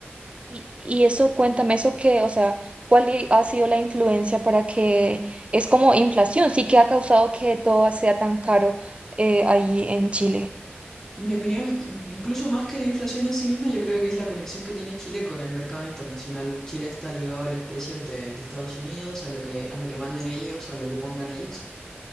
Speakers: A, on the right (about 30°); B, on the left (about 15°).
A: Y, y eso, cuéntame eso que, o sea, ¿cuál i- ha sido la influencia para que es como inflación, sí que ha causado que todo sea tan caro eh, ahí en Chile?
B: Mi opinión, mm, incluso más que la inflación en sí misma, yo creo que es la conexión que tiene Chile con el mercado internacional. Chile está ligado a los precios de, de Estados Unidos, a lo que, a lo que manden ellos, a lo que pongan ellos.